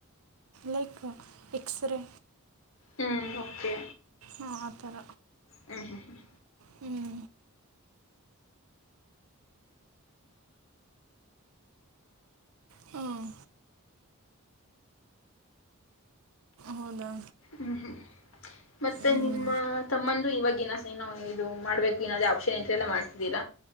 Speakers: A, on the right (about 80°); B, on the left (about 65°).
A: ಲೈಕ್ ಎಕ್ಸ್ರೇ
B: ಹ್ಮ್ ಓಕೆ
A: ಹಾ ಆ ಥರ
B: ಹ್ಮ್ ಹ್ಮ್ ಹ್ಮ್
A: ಹ್ಮ್ ಹ್ಮ್ ಹೌದಾ
B: ಹ್ಮ್ ಹ್ಮ್ ಮತ್ತೆ
A: ಹ್ಞೂ
B: ನಿಮ್ಮ ತಮ್ಮಂದ್ರು ಇವಾಗಿನ್ನ ಇದು ಮಾಡ್ಬೇಕು ಇನಾದ್ರು ಆಪ್ಷನ್ ಎಂಟ್ರಿ ಎಲ್ಲ ಮಾಡ್ತಿದೀರ